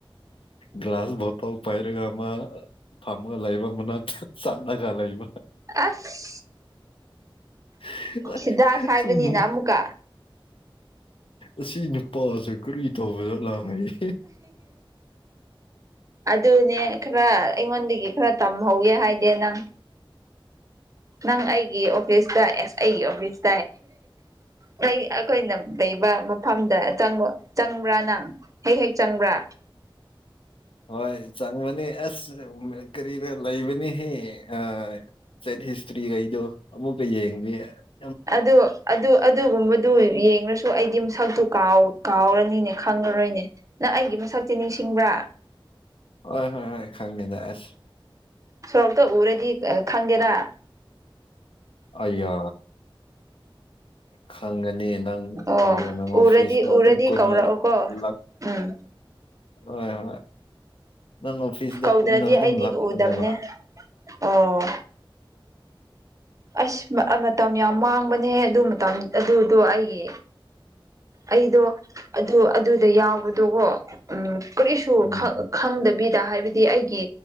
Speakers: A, on the left (about 75°); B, on the right (about 35°).
A: ꯒ꯭ꯂꯁ ꯣꯇꯜ ꯄꯥꯏꯔꯒ ꯑꯃ ꯐꯔꯃꯒ ꯂꯥꯏꯕ ꯃꯅꯥ ꯁꯥꯥꯟꯗ ꯀꯥꯂꯏ ꯃꯥ
B: ꯑꯁ
A: <unintelligible>
B: ꯍꯤꯗꯥꯛ ꯍꯥꯏꯕꯅꯤꯅ ꯑꯃꯨꯛꯀ
A: ꯑꯁꯤ ꯅꯨꯄꯥꯁꯦ ꯀꯔꯤ ꯇꯧꯕ ꯆꯠꯂꯥ ꯍꯥꯏꯔꯤ
B: ꯑꯗꯨꯅꯦ ꯈꯔ ꯑꯩꯉꯣꯟꯗꯒꯤ ꯈꯔ ꯇꯝꯃꯦ ꯍꯧꯋꯦ ꯍꯥꯏꯗꯦ ꯅꯪ ꯅꯪ ꯑꯩꯒꯤ ꯑꯣꯐꯤꯁꯇ ꯑꯦꯁ ꯑꯩꯒꯤ ꯑꯣꯐꯤꯁ ꯇꯥꯏ ꯑꯩꯈꯣꯏꯅ ꯂꯩꯕ ꯃꯐꯝꯗ ꯆꯪꯕ ꯆꯪꯕ꯭ꯔꯥ ꯅꯪ ꯍꯦꯛ ꯍꯦꯛ ꯆꯪꯕ꯭ꯔꯥ
A: ꯍꯣꯏ ꯆꯪꯕꯅꯤ ꯑꯁ ꯀꯔꯤꯗ ꯂꯩꯕꯅꯤꯍ ꯑ ꯆꯠ ꯍꯤꯁꯇ꯭ꯔꯤ ꯀꯗꯣ ꯑꯃꯛ ꯀꯩ ꯌꯥ
B: ꯑꯗꯨ ꯑꯗꯨ‌ ꯑꯗꯨ ꯑꯗꯨꯒꯨꯝꯕꯗꯨ ꯌꯦꯡꯁꯨ ꯑꯩꯒꯤ ꯃꯁꯛꯇꯨ ꯀꯥꯎꯔꯅꯤꯅꯦ ꯈꯪꯉꯔꯣꯏꯅꯦ ꯅꯪ ꯑꯩꯒꯤ ꯃꯁꯛ ꯆꯛꯁꯤ ꯅꯤꯡꯁꯤꯡꯕ꯭ꯔꯥ
A: ꯍꯣꯏ ꯍꯣꯏ ꯍꯣꯏ ꯈꯪꯉꯦꯗꯁ
B: ꯁꯣꯔꯣꯞꯇ ꯎꯔꯦꯗꯤ ꯈꯪꯒꯦꯔꯥ
A: ꯑꯌꯥ ꯈꯪꯒꯅꯤꯅ ꯅꯪ
B: ꯑꯣ
A: ꯀꯔꯤ ꯅꯪ
B: ꯎꯔꯗꯤ
A: ꯑꯣꯐꯤꯁꯇ
B: ꯎꯔꯗꯤ
A: ꯑꯗꯨꯝ ꯀꯅ
B: ꯀꯧꯔꯛꯑꯣꯀꯣ
A: ꯂ
B: ꯎꯝ
A: ꯍ ꯍ ꯅꯪ ꯑꯣꯐꯤꯁꯇ
B: ꯀꯧꯗ꯭ꯔꯗꯤ
A: ꯀꯨꯟꯅ ꯑꯗꯨꯝ
B: ꯑꯩꯗꯤ
A: ꯂꯥꯛꯄꯅꯦꯕ
B: ꯎꯗꯕꯅꯦ
A: ꯎꯝ
B: ꯑꯣ ꯑꯁ ꯃꯇꯝ ꯌꯥꯝ ꯃꯥꯡꯕꯅꯦꯍ ꯑꯗꯨ ꯃꯇꯝ ꯑꯗꯨꯗꯣ ꯑꯩꯒꯤ ꯑꯩꯗꯣ ꯑꯗꯨ ꯑꯗꯨꯗ ꯌꯥꯎꯕꯗꯣꯀꯣ ꯎꯝ ꯀꯔꯤꯁꯨ
A: ꯎꯝ
B: ꯈꯪꯗꯕꯤ ꯗ ꯍꯥꯏꯕꯗꯤ ꯑꯩꯒꯤ